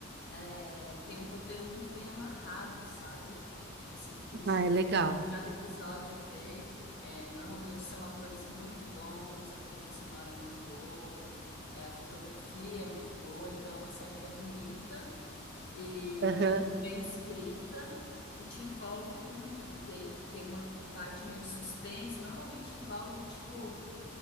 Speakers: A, on the left; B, on the right.
A: é, tem um roteiro muito bem amarrado, sabe? Que você fica instigado
B: Ah, é legal.
A: em cada episódio vê. É, normalmente são atores muito bons, a trilha sonora é muito boa, é, a fotografia é muito boa, então é uma série que é bonita e
B: Aham,
A: bem escrita e te envolve muito, porque tem uma parte meio de suspense, normalmente envolve, tipo,